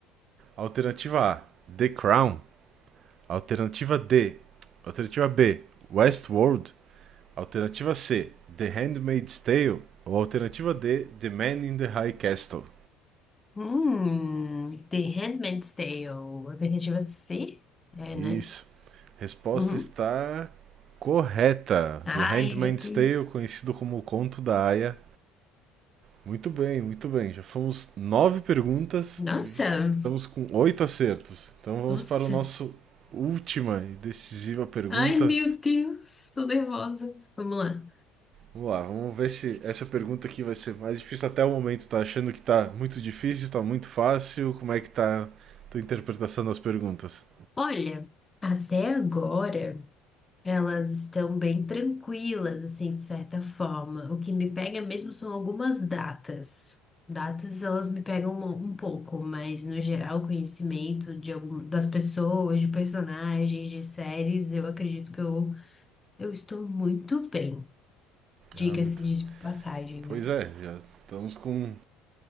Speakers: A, on the right; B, on the left.
A: Alternativa A: The Crown. Alternativa D. Alternativa B: Westworld. Alternativa C: The Handmaid's Tale. Ou alternativa D: The Man in the High Castle.
B: Hum, The Handmaid's Tale. A Vingativa C? É,
A: Isso.
B: né?
A: Resposta
B: Uhum.
A: está correta.
B: Ai,
A: De Handmaid's
B: meu Deus.
A: Tale, conhecido como O Conto da Aia. Muito bem, muito bem. Já fomos nove perguntas
B: Nossa,
A: e já estamos com oito acertos. Então vamos
B: nossa.
A: para o nosso última e decisiva pergunta.
B: Ai, meu Deus, tô nervosa. Vamos lá.
A: Vamos lá, vamos ver se essa pergunta aqui vai ser mais difícil até o momento. Tá achando que tá muito difícil, tá muito fácil? Como é que tá a tua interpretação das perguntas?
B: Olha, até agora. Elas estão bem tranquilas, assim, de certa forma. O que me pega mesmo são algumas datas. Datas, elas me pegam um, um pouco, mas no geral, conhecimento de algum, das pessoas, de personagens, de séries, eu acredito que eu, eu estou muito bem. Diga-se
A: Ah, muito.
B: de passagem, né?
A: Pois é, já estamos com